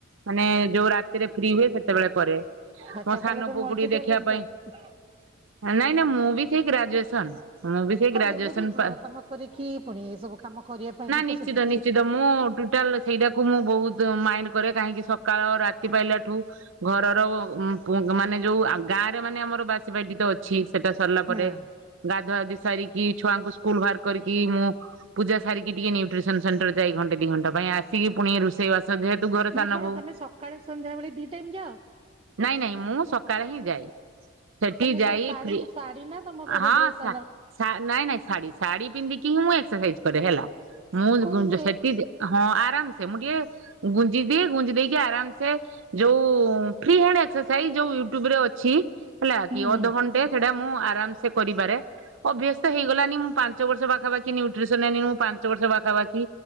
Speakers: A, on the right; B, on the right.
A: ମାନେ ଯୋଉ ରାତିରେ ଫ୍ରି ହୁଏ ସେତେବେଳେ କରେ
B: ଆଚ୍ଛା
A: ମୋ
B: ତାହେଲେ
A: ସାନ
B: ତ
A: ପୁଅକୁ
B: ମଲ୍ଟି
A: ଟିକେ
B: <inaudible>
A: ଦେଖ ନାଇଁ ନାଇଁ ମୁଁ ବି ଗ୍ରାଜୁଏସନ। ମୁଁ ବି ସେ
B: ହଁ
A: ଗ୍ରାଜୁଏସନ
B: ହେଲେ ବି ଘର
A: ପାସ
B: କାମ କରିକି ପୁଣି ଏ ସବୁ କାମ କରିବା ପାଇଁ ବି ତ
A: ନିଶ୍ଚିତ
B: ସେତିକି
A: ନିଶ୍ଚିତ ମୁଁ ଟୋଟାଲ ସେଇଟାକୁ ମୁଁ ବହୁତ ମାଇଣ୍ଡ କରେ କାହିଁକି ସକାଳ ରାତି ପାଇଲା ଠୁ ଘରର ମାନେ ଯୋଉ ଗାଁରେ ମାନେ ଆମର ବାସି ବାଟି ତ ଅଛି। ଅଛି ସେଟା ସରିଲା
B: ହଁ
A: ପରେ ଗାଧୁଆ ବି ସାରିକି କି ଛୁଆଙ୍କୁ ସ୍କୁଲ ବାହାର କରିକି ମୁଁ ପୂଜା ସାରିକି ଟିକେ ନ୍ୟୁଟ୍ରିସନ ସେଣ୍ଟର ଯାଇ ଘଣ୍ଟେ ଦି ଘଣ୍ଟା ପାଇଁ ଆସିକି ପୁଣି ରୋଷେଇ ବାସ ଯେହେତୁ ଘରେ
B: ମାନେ
A: ସାନ
B: କଣ
A: ବୋଉ
B: ତମେ ସକାଳେ ସନ୍ଧ୍ୟା ବେଳେ ଦି ଟାଇମ ଯାଅ?
A: ନାଇଁ ନାଇଁ ମୁଁ ସକାଳେ ହିଁ ଯାଏ। ସେଠି
B: ତମେ
A: ଯାଇ
B: କଣ ଶାଢୀ
A: ଫ୍ରି
B: ଶାଢୀ ନା ତମ ଘରେ
A: ହଁ
B: ଡ୍ରେସ
A: ସା
B: ଆଲାଉ
A: ନାଇଁ ନାଇଁ ଶାଢୀ ଶାଢୀ ପିନ୍ଧିକି ମୁଁ ଏକ୍ସରସାଇଜ ଶାଢ଼ୀ ହେଲା। ମୁଁ
B: କରି
A: ଗୁଞ୍ଜେ
B: ହୁଏ?
A: ସେଠି ହଁ ଆରାମସେ। ସେ ମୁଁ ଟିକେ ଗୁଞ୍ଜି ଦିଏ ଗୁଞ୍ଜି ଦେଇକି ଆରାମସେ, ଯୋଉ ଫ୍ରି ହାଣ୍ଡ ଏକ୍ସରସାଇଜ ଯୋଉ ୟୁଟୁବରେ ଅଛି ହେଲା
B: ହୁଁ
A: କି
B: ହୁଁ।
A: ଅଧଘଣ୍ଟେ ସେଇଟା ମୁଁ ଆରାମ ସେ କରିବାରେ ଅଭ୍ୟାସ ତ ହେଇଗଲାନି ମୁଁ ପା ପାଞ୍ଚ ବର୍ଷ ପାଖାପାଖି ନ୍ୟୁଟ୍ରିସନ ହେନିନି ମୁଁ ପାଞ୍ଚ ବର୍ଷ ପାଖାପାଖି